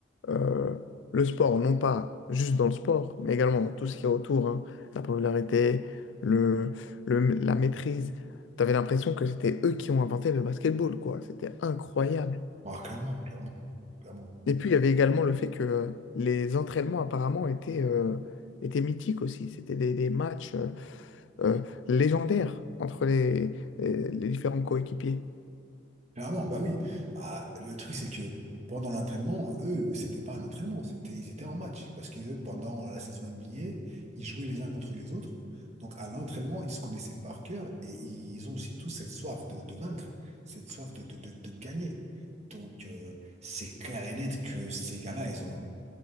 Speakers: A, on the left (about 75°); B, on the right (about 35°).
A: euh, euh, le sport, non pas juste dans le sport, mais également dans tout ce qu'il y a autour, hein. la popularité, le, le- la maîtrise. T'avais l'impression que c'était eux qui ont inventé le basketball, quoi. C'était incroyable.
B: Ah, clairement, clairement, clairement.
A: Et puis il y avait également le fait que euh, les entraînements apparemment étaient, euh, étaient mythiques aussi. C'était des, des matchs euh, euh, légendaires entre les les- les différents coéquipiers.
B: Clairement, bah oui. Ah, le truc, c'est que pendant l'entraînement, eux, c'était pas un entraînement, c'était, ils étaient en match. Parce que pendant la saison NBA, ils jouaient les uns contre les autres. Donc à l'entraînement, ils se connaissaient par cœur et ils ont aussi tous cette soif de, de vaincre, cette soif de, de, de, de gagner. Donc euh, c'est clair et net que ces gars-là, ils ont une